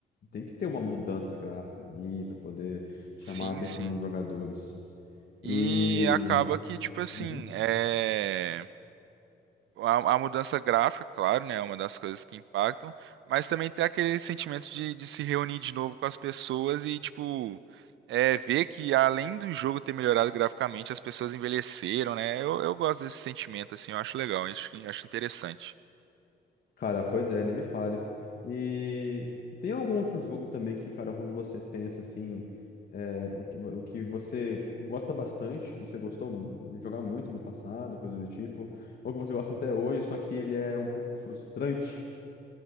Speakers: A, on the left (about 50°); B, on the right (about 75°).
A: tem que ter uma mudança gráfica ali pra poder chamar
B: Sim,
A: a atenção
B: sim.
A: dos jogadores. E
B: E acaba que, tipo assim,
A: Uhum.
B: é... a, a mudança gráfica, claro, né, é uma das coisas que impactam, mas também tem aquele sentimento de, de se reunir de novo com as pessoas e, tipo, é, ver que além do jogo ter melhorado graficamente, as pessoas envelheceram, né? Eu, eu gosto desse sentimento, assim, eu acho legal, acho, acho interessante.
A: Cara, pois é, nem me fale. E tem algum outro jogo também que, cara, quando você pensa assim, é, o que, o que você gosta bastante, que você gostou de jogar muito no passado, coisa do tipo, ou que você gosta até hoje, só que ele é um pouco frustrante?